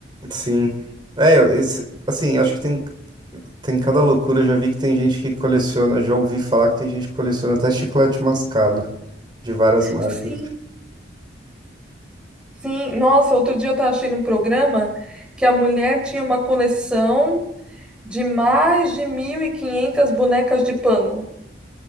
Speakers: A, on the right (about 25°); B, in the centre.
A: sim. É, eu- esse, assim, acho que tem. Tem cada loucura, eu já vi que tem gente que coleciona, já ouvi falar que tem gente que coleciona até chiclete mascado de várias marcas.
B: Sim. Sim, nossa, outro dia eu estava assistindo um programa que a mulher tinha uma coleção de mais de 1.500 bonecas de pano.